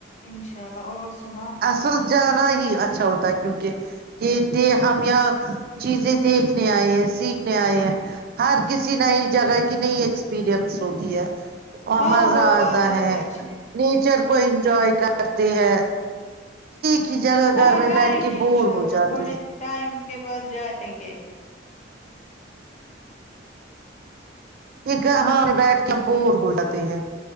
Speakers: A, on the left; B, on the right.
A: انشاء اللہ اور سنا
B: سلجھانا ہی اچھا ہوتا ہے کیونکہ دیکھتے ہے ہم یہاں چیزیں دیکھنے آئے ہیں سیکھنے آئے ہیں ہر کسی نںی جگہ کی نہیں ایکسپرینس ہوتی ہے اور
A: ہاں
B: وہ آتا
A: بات تو
B: ہے
A: سچ
B: نیچر کو انجوائے کرتے ہیں کی جگہ
A: ہاں
B: گھر میں
A: جائیں
B: بیٹھ کے
A: گے
B: بور
A: انشاء
B: ہو
A: اللہ
B: جاتے
A: تھوڑے
B: ہیں
A: ٹائم کے بعد جائیں گے
B: ایک ہاں بیٹھ کے بور ہور ہوجاتے ہیں